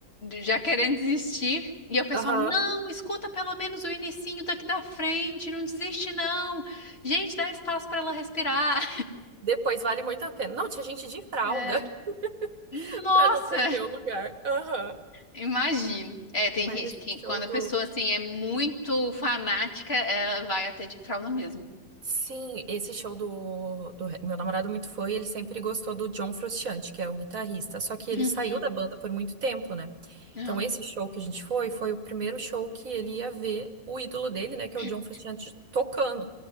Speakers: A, on the left; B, on the right.
A: já querendo desistir. E o pessoal,
B: Aham.
A: não, escuta pelo menos o inicinho daqui da frente, não desiste não. Gente, dá espaço pra ela respirar.
B: Depois vale muito a pena. Não, tinha gente de fralda
A: É, nossa!
B: <laughs> pra não perder o lugar. Aham.
A: Imagino. É, tem
B: Mas
A: gente
B: esse
A: que
B: show
A: quando
B: do
A: a pessoa assim é muito fanática, ela vai até de fralda mesmo.
B: Sim, esse show do, do- Meu namorado muito foi, ele sempre gostou do John Frusciante, que é o guitarrista. Só que ele
A: Uhum.
B: saiu da banda por muito tempo, né?
A: Ah,
B: Então, esse show que a gente foi, foi o primeiro show que ele ia ver o ídolo dele, né? Que
A: <clears throat>
B: é o John Frusciante tocando.